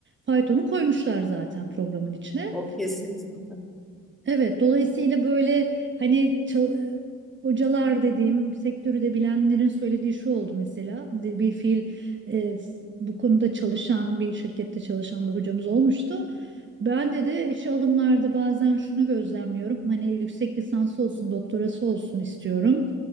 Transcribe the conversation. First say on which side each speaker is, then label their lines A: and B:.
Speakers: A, on the right (about 40°); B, in the centre.
A: faytonu koymuşlar zaten programın içine.
B: O kesin zaten.
A: Evet, dolayısıyla böyle hani ça- e, hocalar dediğim sektörü de bilenlerin söylediği şu oldu mesela bir bir fiil e, s- bu konuda çalışan bir şirkette çalışan bir hocamız olmuştu. Ben dedi işe alımlarda bazen şunu gözlemliyorum hani yüksek lisansı olsun doktorası olsun istiyorum